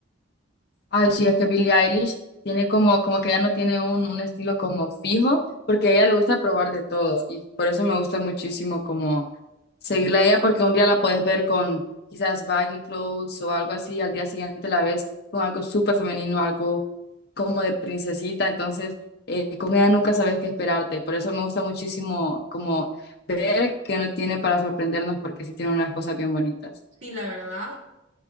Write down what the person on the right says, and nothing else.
Sí, la verdad,